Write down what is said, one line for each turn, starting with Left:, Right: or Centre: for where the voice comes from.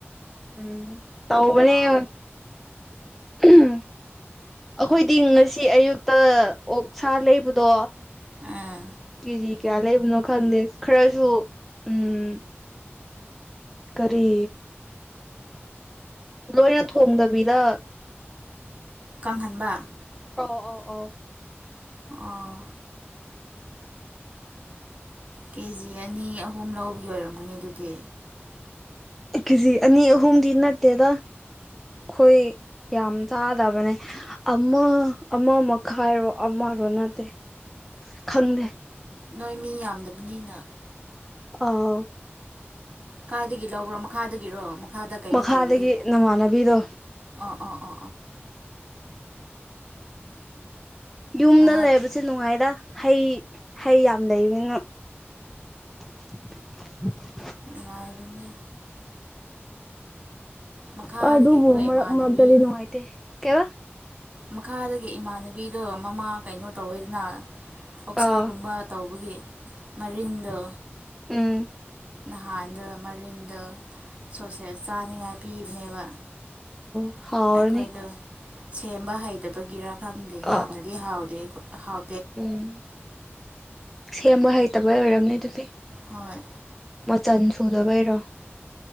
Centre: ꯎꯝ <unintelligible> ꯑꯈꯣꯏꯗꯤ ꯉꯁꯤ ꯑꯌꯨꯛꯇ ꯑꯣꯛꯁꯥ ꯂꯩꯕꯗꯣ
Right: ꯑꯥ
Centre: ꯀꯦꯖꯤ ꯀꯌꯥ ꯂꯩꯕꯅꯣ ꯈꯪꯗꯦ ꯈꯔꯁꯨ ꯎꯝ ꯀꯔꯤ ꯂꯣꯏꯔ ꯊꯣꯡꯗꯕꯤꯗ
Right: ꯀꯥꯡꯍꯟꯕ
Centre: ꯑꯧ ꯑꯣ ꯑꯣ
Right: ꯑꯥ ꯀꯦꯖꯤ ꯑꯅꯤ ꯑꯍꯨꯝ ꯂꯧꯕꯒꯤ ꯑꯣꯏꯔꯝꯒꯅꯤ ꯑꯗꯨꯗꯤ
Centre: ꯀꯦꯖꯤ ꯑꯅꯤ ꯑꯍꯨꯝꯗꯤ ꯅꯠꯇꯦꯗ ꯈꯣꯏ ꯌꯥꯝ ꯆꯥꯗꯕꯅꯦ ꯑꯃ ꯑꯃ ꯃꯈꯥꯏꯔꯣ ꯑꯃꯔꯣ ꯅꯠꯇꯦ ꯈꯪꯗꯦ
Right: ꯅꯣꯏ ꯃꯤ ꯌꯥꯝꯗꯕꯅꯤꯅ
Centre: ꯑꯥꯎ
Right: ꯀꯥꯏꯗꯒꯤ ꯂꯧꯕ꯭ꯔꯣ ꯃꯈꯥꯗꯒꯤꯔꯣ ꯃꯈꯥꯗ ꯀꯩꯅꯣ
Centre: ꯃꯈꯥꯗꯒꯤ
Right: ꯇꯧꯕꯗꯨ
Centre: ꯅꯃꯥꯟꯅꯕꯤꯗꯣ
Right: ꯑꯥ ꯑꯥ ꯑꯣꯥ
Centre: ꯌꯨꯝꯗ
Right: ꯅꯍꯥꯟ
Centre: ꯂꯩꯕꯁꯦ ꯅꯨꯉꯥꯏꯔ ꯍꯩ ꯍꯩ ꯌꯥꯝ ꯂꯩꯕꯅꯤꯅ <unintelligible>
Right: ꯉꯥꯏꯕꯅꯦ ꯃꯈꯥꯗꯒꯤꯀꯣ
Centre: ꯑ ꯑꯗꯨꯕꯨ ꯃꯔꯛ
Right: ꯏꯃꯥꯟꯅꯕꯤ
Centre: ꯃꯔꯛꯇꯗꯤ ꯅꯨꯉꯥꯏꯇꯦ ꯀꯦꯋꯥ
Right: ꯃꯈꯥꯗꯒꯤ ꯏꯃꯥꯟꯅꯕꯤꯗꯣ ꯃꯃꯥ ꯀꯩꯅꯣ ꯇꯧꯋꯦꯗꯅ ꯑꯣꯛꯁꯥꯒꯨꯝꯕ
Centre: ꯑꯥ
Right: ꯇꯧꯕꯒꯤ ꯃꯔꯤꯟꯗꯣ
Centre: ꯎꯝ
Right: ꯅꯍꯥꯟꯗꯣ ꯃꯔꯤꯟꯗꯣ ꯁꯣꯁꯦꯁ ꯆꯥꯅꯤꯉꯥꯏ ꯄꯤꯕꯅꯦꯕ
Centre: ꯑꯣ ꯍꯥꯎꯔꯅꯤ
Right: ꯑꯩꯈꯣꯏꯗꯣ ꯁꯦꯝꯕ ꯍꯩꯇꯕꯒꯤꯔꯥ ꯈꯪꯗꯦ ꯌꯥꯝꯅꯗꯤ
Centre: ꯑꯥ
Right: ꯍꯥꯎꯗꯦ ꯍꯥꯎ
Centre: ꯎꯝ ꯁꯦꯝꯕ ꯍꯩꯇꯕꯩ ꯑꯣꯏꯔꯝꯅꯤ ꯗꯨꯗꯤ
Right: ꯍꯣꯏ
Centre: ꯃꯆꯟ ꯁꯨꯗꯕꯩꯔꯣ